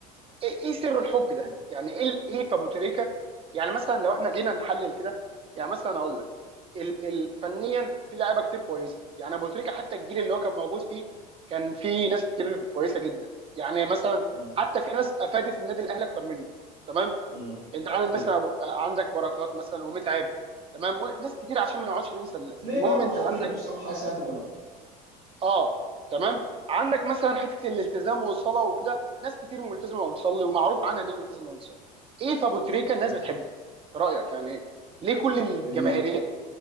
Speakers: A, on the right; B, on the right.
A: ايه إيه سر الحب ده
B: م-
A: يعني ايه ال- ايه في ابو تريكه يعني مثلا لو احنا جينا نحلل كده يعني مثلا اقول لك ال ال فنيا في لعيبه كتير كويسه يعني ابو تريكه حتى الجيل اللي هو كان موجود فيه كان في ناس كتير كويسه جدا يعني مثلا
B: م-
A: حتى في ناس افادت النادي الاهلي اكتر منه تمام
B: م.
A: انت عندك
B: ايوه
A: مثلا أبو... عندك بركات مثلا ومتعب تمام وناس كتير عشان ما نقعدش ننسى الناس
B: ليه
A: المهم
B: بقى والخطيب
A: انت عندك
B: وحسام حسن و...
A: اه تمام عندك مثلا حته الالتزام والصلاه وكده ناس كتير ملتزمه وبتصلي ومعروف عنها ان هي ملتزمه وبتصلي ايه في ابو تريكه الناس
B: م.
A: بتحبه في رايك يعني إيه؟ ليه كل الجماهيريه
B: ان
A: دي